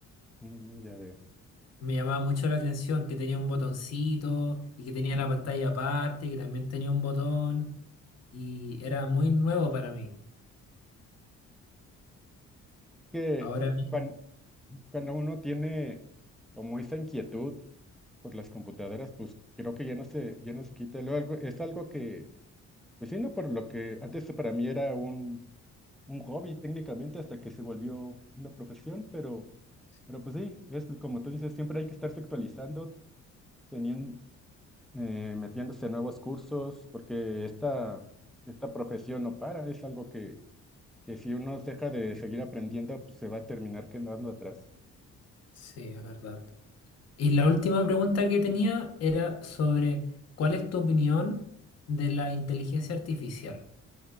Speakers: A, in the centre; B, on the left.
A: Mm, ya veo.
B: Me llamaba mucho la atención que tenía un botoncito y que tenía la pantalla aparte, que también tenía un botón y era muy nuevo para mí.
A: Que
B: Ahora mi-
A: cuan- cuando uno tiene como esa inquietud, por las computadoras, pues creo que ya no se, ya no se quita. Luego algo, es algo que, pues sí, no, por lo que antes para mí era un, un hobby técnicamente hasta que se volvió una profesión, pero,
B: sí,
A: pero pues sí, es como tú dices, siempre hay que estarse actualizando, teniendo, eh, metiéndose a nuevos cursos, porque esta, esta profesión no para, es algo que, que si uno deja de seguir aprendiendo, pues se va a terminar quedando atrás.
B: sí, es verdad. Y la última pregunta que tenía era sobre ¿cuál es tu opinión de la inteligencia artificial?